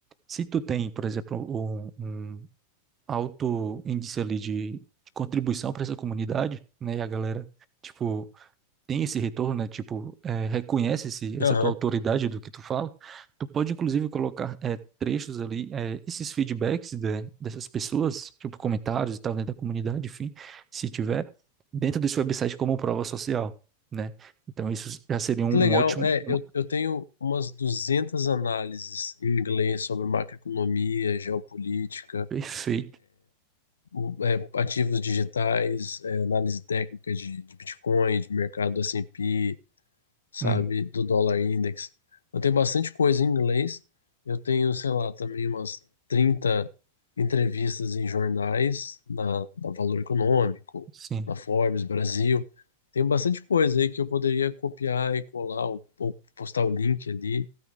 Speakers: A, on the right; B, on the left.
A: se tu tem, por exemplo, um, um alto índice ali de, de contribuição para essa comunidade, né, e a galera, tipo, tem esse retorno, né? Tipo, é, reconhece esse, essa
B: aham.
A: tua autoridade do que tu fala, tu pode inclusive colocar é, trechos ali, é, esses feedbacks de- dessas pessoas, tipo comentários e tal, dentro da comunidade, enfim, se tiver, dentro desse website como prova social, né? Então isso já seria um,
B: Que Legal.
A: um ótimo,
B: É,
A: um-
B: eu, eu tenho umas 200 análises em inglês sobre macroeconomia, geopolítica,
A: perfeito.
B: o- é, ativos digitais, é, análise técnica de, de Bitcoin, de mercado S&P, sabe,
A: Uhum.
B: do dólar index. Eu tenho bastante coisa em inglês. Eu tenho, sei lá, também umas 30 entrevistas em jornais, na, na Valor Econômico,
A: Sim.
B: na Forbes Brasil. Tenho bastante coisa aí que eu poderia copiar e colar ou, ou postar o link ali.